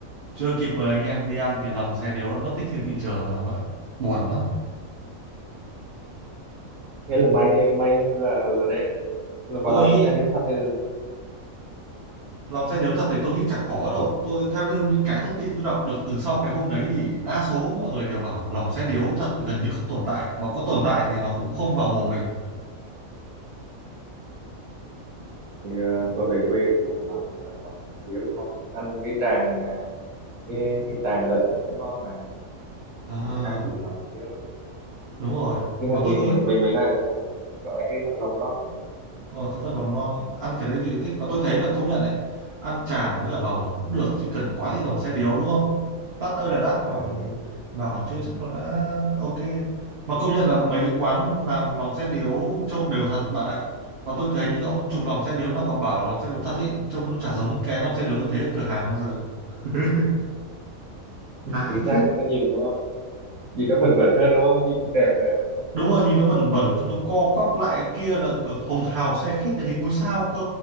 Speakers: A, on the right; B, on the right.
A: chưa kịp mời anh em đi ăn thì lòng xe điếu đã mất tích trên thị trường rồi không ạ buồn lắm
B: thế là may may hay là là đen đấy là mà
A: tôi
B: lòng
A: nghĩ
B: xe điếu thật thì,
A: lòng xe điếu thật thì tôi nghĩ chả có đâu tôi theo như những cái thông tin tôi đọc được từ sau cái hôm đấy thì đa số mọi người đều bảo là lòng xe điếu thật gần như không tồn tại mà có tồn tại thì nó cũng không vào mồm mình
B: thì à, tôi về quê thì hay lòng mà lòng xe điếu khó ăn cái tràng à, cái cái tràng lợn lại cũng ngon mà
A: à
B: cũng khác gì lòng xe điếu đâu.
A: đúng rồi
B: cái phần
A: và tôi
B: như
A: nghĩ
B: của mình mình mình hay gọi là cái phần lòng non ấy
A: Ờ, cái phần lòng non ăn cái đấy thì thích và tôi thấy là công nhận đấy ăn chả với cả lòng nó cũng được chứ cần quá thì lòng xe điếu đúng không đắt ơi là đắt mà
B: ờ
A: còn
B: mình
A: mà còn chưa chắc nó đã ok mà công nhận là mấy cái quán làm lòng xe điếu trông đều thật bạn ạ và tôi thấy những cái ông chụp lòng xe điếu nào mà bảo là lòng xe điếu thật ấy trông nó chả giống cái lòng xe điếu tôi thấy ở cửa hàng bao giờ <laughs> hãi
B: chính xác
A: phết
B: cái nhìn nó gì đó bền bền hơn đúng không gì không đẹp nè
A: đúng rồi nhìn nó bẩn
B: cho
A: bẩn
B: nên
A: cho nó co quắp lại kia là cửa hồng hào xe khít là hình ngôi sao cơ